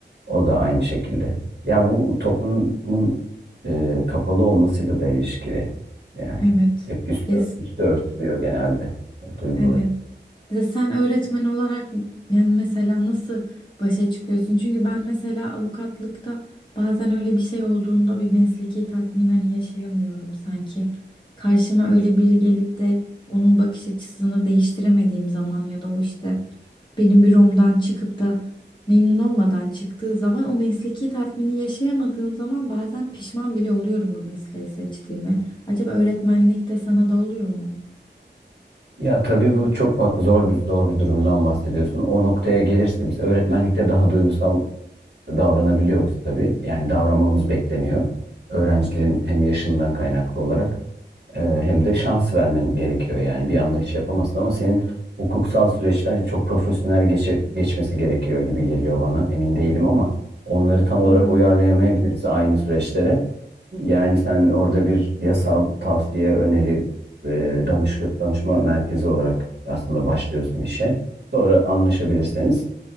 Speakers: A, on the right; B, on the left.
A: O da aynı şekilde. Ya bu toplumun e, kapalı olmasıyla da ilişkili. Yani
B: Evet.
A: hep üstü,
B: Yes.
A: üstü örtülüyor genelde e, duyguları.
B: Evet. Ya de sen öğretmen olarak yani mesela nasıl başa çıkıyorsun? Çünkü ben mesela avukatlıkta bazen öyle bir şey olduğunda bir mesleki tatmin hani yaşayamıyorum sanki. Karşıma öyle biri gelip de onun bakış açısını değiştiremediğim zaman ya da o işte benim büromdan çıkıp da memnun olmadan çıktığı zaman o mesleki tatmini yaşayamadığım zaman bazen pişman bile oluyorum bu mesleği seçtiğime. Acaba öğretmenlikte sana da oluyor mu?
A: Ya tabii bu çok ba- zor bir zor bir durumdan bahsediyorsun. O noktaya gelirse biz öğretmenlikte daha duygusal davranabiliyoruz tabii. Yani davranmamız bekleniyor. Öğrencilerin hem yaşından kaynaklı olarak Eee, hem de şans vermen gerekiyor yani bir anda şey yapamazsın ama senin hukuksal süreçler çok profesyonel geçe- geçmesi gerekiyor gibi geliyor bana. Emin değilim ama onları tam
B: Doğru.
A: olarak uyarlayamayabiliriz aynı süreçlere. Yani sen orada bir yasal tavsiye, öneri, eee, danış danışma merkezi olarak aslında başlıyorsun işe. Sonra anlaşabilirseniz